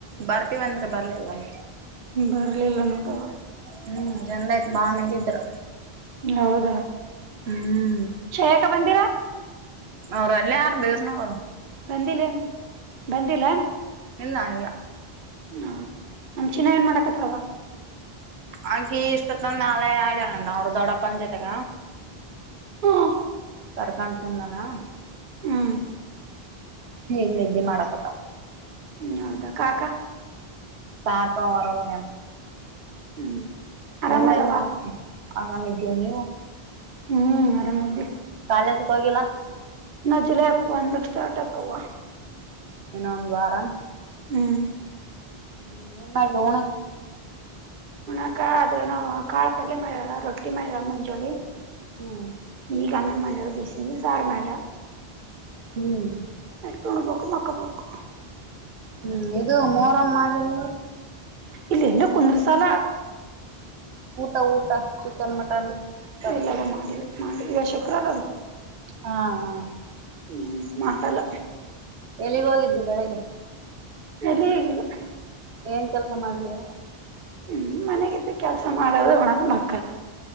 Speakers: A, on the right (about 85°); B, on the right (about 55°).
A: ಬರ್ತೀವ ಅಂದ್ರೆ ಬರ್ಲಿಲ್ಲಲ.
B: ಬರ್ಲಿಲ್ಲ ನೋಡವ್ವ.
A: ಹ್ಮ್ ಚಂದ ಆಯ್ತು ಬಾಳ ಮಂದಿ ಇದ್ರು.
B: ಹೌದಾ
A: ಹ್ಮ್
B: ಶ್ರೇಯಕ ಬಂದಿಲ್ಲಾ?
A: ಅವ್ರ್ ಅಲ್ಲೇ ಆರ್ ಬೇರ್ ನೋಡ
B: ಬಂದಿಲ್ಲ ಬಂದಿಲ್ಲೇನ್?
A: ಇಲ್ಲ ಇಲ್ಲ.
B: ಹೌದು ನಮ್ ಚಿನ್ನ ಏನ್ ಮಾಡಾಕತ್ತಲವ್ವ.
A: ಆಕಿ ಇಷ್ಟುತ್ತಂದ ನಾಳೆ ಆಡಣಂದ ಅವ್ರ ದೊಡ್ಡಪ್ಪ ಅ ಜೊತೆಗ.
B: ಹಾ
A: ಕರ್ಕಂಡ್ಕುಂದಾನ.
B: ಹ್ಮ್
A: ಈಗ್ ನಿದ್ದೆ ಮಾಡಾಕತ್ತಳ್.
B: ಹ್ಮ್ ಹೌದಾ ಕಾಕಾ
A: <unintelligible>
B: ಹ್ಮ್ ಆರಾಮಲ್ಲವಾ
A: ನೀವೇನ್ ಮಾಡೀ ಆಗಾಮ ಇದ್ದೀವು ನೀವು?
B: ಹ್ಮ್ ಆರಾಮದಿ.
A: ಕಾಲೇಜಕ್ ಹೋಗಿಲ್ಲ?
B: ನಾ ಜುಲೈ ಒಂದಕ್ ಸ್ಟಾರ್ಟ್ ಅತವ್ವ.
A: ಏನ ಒಂದು ವಾರ?
B: ಹ್ಮ್
A: ಹ್ಮ್ ಏನ್ ಮಾಡ್ರೂಣ
B: ಹಣಕ ಅದೇಏನೋ ಕಾಳ ಪಲ್ಯ ಮಾಡ್ಯಳ ರೊಟ್ಟಿ ಮಾಡ್ಯ ಮುಂಜೋಳಿ
A: ಹ್ಮ್
B: ಈಗ ನಮ್ಮ ಮಜಾಗ ಬಿಸ ಸಾರು ಮಜಾ
A: ಹ್ಮ್
B: ನ ತುಣಬೇಕು ಮಕ್ಕಬೇಕು
A: ಹ್ಮ್ ಇದು ಮೂರಮ್ಮ್ ಮಾಡಿಿಲ್ಲ ನೀವು
B: ಇಲ್ಲ ಎಲ್ಲೂ ಕುಂದ್ರ ಸಾಲ
A: ಊಟ ಊಟ ಚಿಕನ್ ಮಟನ್ ತತ್ತಿ
B: ಎಲ್ಲವ ಮಾಡಿಿಲ್ಲ ಮಾಡಿ ಈಗ ಶುಕ್ರವಾರ ಅಲ್
A: ಹಾ ಹ
B: ಹ್ಮ್ ಮಾಡಲ್ಲ
A: ಎಲ್ಲಿಗ್ ಹೋಗಿದ್ದು ಬೆಳಿಗ್ಗೆ
B: ಎಲ್ಲಿಗ ಗಿಲ್ಲ
A: ಏನ್ ಕೆಲಸ ಮಾಡಿದವು
B: ಹ್ಮ್ ಮನೆಗಿದ್ದ ಕೆಲ್ಸ ಮಾಡೋದು ಒಣದ್ ಮಕ್ಕತ್